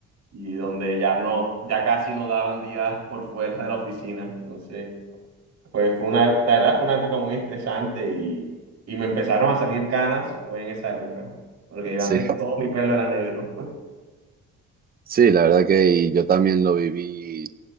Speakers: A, on the right; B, on the right.
A: y donde ya no, ya casi no daban días por fuera de la oficina. Entonces, pues fue una, la verdad fue una época muy estresante y, y me empezaron a salir canas, fue en esa época, porque yo
B: Sí,
A: antes todo mi pelo era negro. <laughs>
B: sí, la verdad que y yo también lo viví,